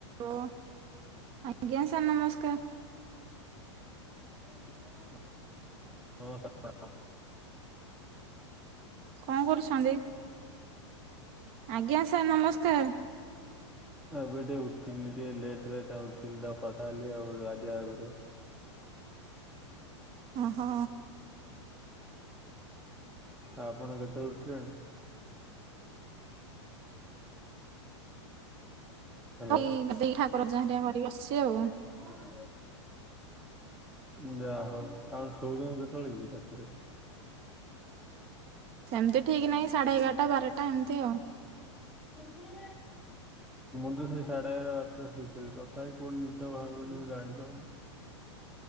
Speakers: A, on the right (about 40°); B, in the centre.
A: ଓ, ଆଜ୍ଞା ସାର ନମସ୍କାର।
B: <unintelligible>
A: କଣ କରୁଛନ୍ତି। ଆଜ୍ଞା ସାର ନମସ୍କାର।
B: ଏବେ ଟିକେ ଉଠିଲି ଟିକେ ଲେଟରେ ତା ଉଠିଲି ତ କଥା ହେଲି ଆଉ ଗାଡିଆଗରେ।
A: ଓହୋ।
B: ଆପଣ କେତେବେଳୁ ଉଠିଲେଣି? ହ୍ୟାଲୋ
A: <unintelligible> କରିକି ବସିଚି ଆଉ।
B: କଣ ଲୋ? ଯାହା ହଉ ଆଉ ଶୋଉଚନ୍ତି କେତେବେଳେ କି ରାତିରେ।
A: ସେମିତି ଠିକ ନାହିଁ ସାଢେ ଏଗାରଟା ବାରଟା ଏମିତି ଆଉ
B: <unintelligible> ମୁଁ ତ ସେଇ ସାଡେଏଗାର ବାରଟା ଶୋଉଥିବି ତଥାପି ପୁଣି ନିଡ ଭାଙ୍ଗୁନି ମୁଁ ଜାଣିପାରୁନି।